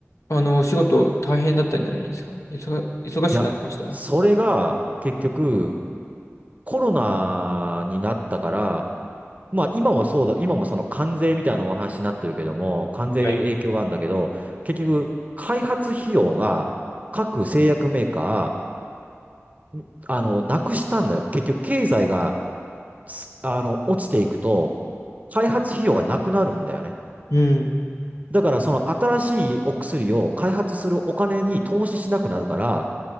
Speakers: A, on the left; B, on the right.
A: あのお仕事大変だったんじゃないですか。忙、忙しくなりましたは
B: や、それが、結局、コロナになったから、まあ今もそうだ、今もその関税みたいなお話になってるけども、関税で影響があるんだけど、
A: い
B: 結局、開発費用が各製薬メーカー、あの、なくしたんだよ。結局、経済が、すあの、落ちていくと、開発費用がなくなるんだよね。
A: うん、
B: だから、その新しいお薬を開発するお金に投資しなくなるから、